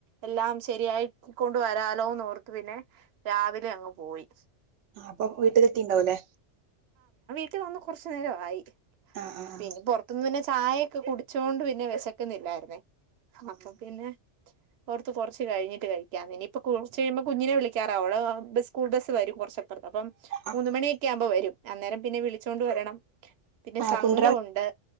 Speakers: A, on the right; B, on the right.
A: എല്ലാം ശരിയായി ക്കൊണ്ട് വരാലോന്നോർത്ത് പിന്നെ രാവിലെ അങ്ങ് പോയി.
B: ആഹ് അപ്പം വീട്ടില് എത്തീണ്ടാവും ല്ലേ.
A: ട്ടീ വന്ന് കുറച്ചു നേരവായി.
B: ആഹ്
A: പിന്നെ പൊറത്ത്ന്ന് പിന്നെ ചായയൊക്കെ കുടിച്ചോണ്ട് പിന്നെ വെശക്കുന്നില്ലായിരുന്നേ.
B: ആഹ്
A: അപ്പ പിന്നെ ഓർത്തു കൊറച്ച് കഴിഞ്ഞിട്ട് കഴിക്കാന്ന്. ഇനി ഇപ്പ കുറച്ച് കഴിയുമ്പോ കുഞ്ഞിനെ വിളിക്കാറാവും. അവള് ബസ് സ്കൂൾ ബസ് വരും. കുറച്ചപ്പൊർത്ത്. അപ്പം
B: ആഹ്
A: മൂന്ന് മണിയൊക്കെ ആകുമ്പോ വരും. അന്നേരം പിന്നെ വിളിച്ചോണ്ട് വരണം. പിന്നെ
B: ആഹ്
A: സംഘവുണ്ട്.
B: കൊണ്ടരാൻ